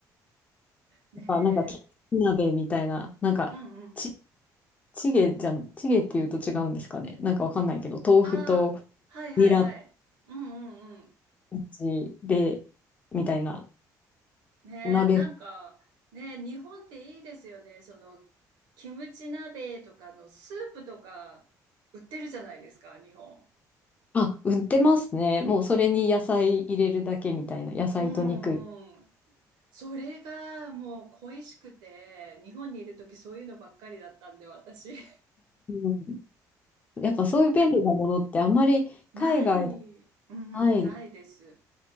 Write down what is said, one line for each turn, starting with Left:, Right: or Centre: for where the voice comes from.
Right: <laughs> ねえ。
Left: やっぱなんか、キムチ鍋みたいな、なんか、
Right: うんうん。
Left: ち、チゲじゃん、チゲっていうと違うんですかね。なんかわかんないけど、豆腐と
Right: ああ、はいはいはい。
Left: ニラキ
Right: うんうんうん。
Left: ムチで、みたいな。
Right: ねえ、
Left: 鍋、
Right: なんか、ねえ、日本っていいですよね。その、キムチ鍋とかのスープとか売ってるじゃないですか、日本。
Left: あ、売ってますね。もうそれに野菜入れるだけみたいな、野菜と肉。
Right: うんうん。それがもう恋しくて、日本にいるときそういうのばっかりだったんで、私。<laughs>
Left: うん、やっぱそういう便利なものってあんまり海外で
Right: ない。うん、
Left: ないです。
Right: ないです。